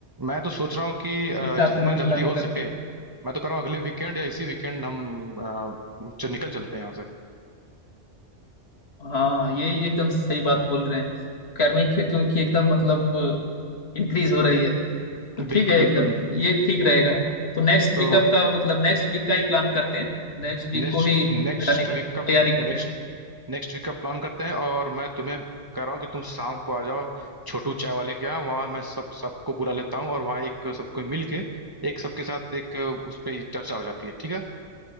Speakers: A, on the right; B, on the left.
A: मैं तो सोच रहा हूँ कि अ,
B: उसी हिसाब
A: जितना
B: से मैं भी
A: जल्दी
B: प्लानिंग
A: हो
B: करते
A: सके मैं तो कर रहा हूँ अगले वीकेंड या इसी वीकेंड हम अ, च- निकल चलते हैं यहाँ से
B: हाँ ये ये एकदम सही बात बोल रहे हैं गर्मी क्यों क्योंकि एकदम मतलब इंक्रीज हो रही है तो ठीक
A: बिल्कुल
B: है
A: बिल्कुल
B: एकदम ये ठीक रहेगा तो नेक्स्ट
A: तो
B: वीकअप का मतलब नेक्स्ट वीक का ही प्लान करते हैं नेक्स्ट वीक
A: नेक्स्ट
B: को ही
A: नेक्स्ट
B: जाने का
A: वीक का
B: तैयारी करते
A: नेक्स्ट
B: हैं
A: नेक्स्ट वीक का प्लान करते हैं और मैं तुम्हें कह रहा हूँ कि तुम शाम को आ जाओ छोटू चाय वाले के यहाँ वहाँ मैं सब सबको बुला लेता हूँ और वहाँ एक सबको मिल के एक सबके साथ एक उस पर चर्चा हो जाती है ठीक है